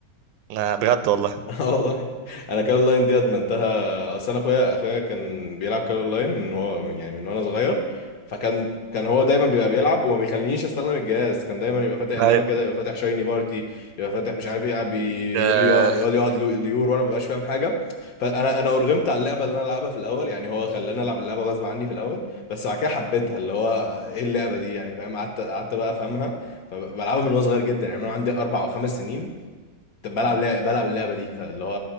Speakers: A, on the right (about 85°); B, on the left (about 60°).
A: انا بجد والله
B: <laughs> اه والله انا كارول لاين دي ادمنتها اصل انا اخويا اخويا كان بيلعب كارول لاين من هو من- يعني من وانا صغير فكان كان هو دايما بيبقى بيلعب وما بيخلينيش استخدم الجهاز كان دايما يبقى فاتح اللعبه
A: أيوة.
B: كده يبقى فاتح شايني بارتي يبقى فاتح مش عارف ايه قاعد بيقول
A: آه،
B: لي يقول لي اقعد لو- ليور وانا ما ببقاش فاهم حاجه فانا انا ارغمت على اللعبه اللي انا العبها في الاول يعني هو خلاني العب اللعبه غصب عني في الاول بس بعد كده حبيتها اللي هو ايه اللعبه دي يعني فاهم قعدت قعدت بقى افهمها فبلعبها من وانا صغير جدا يعني انا عندي اربع او خمس سنين طب بلعب لعب بلعب اللعبه دي فاللي هو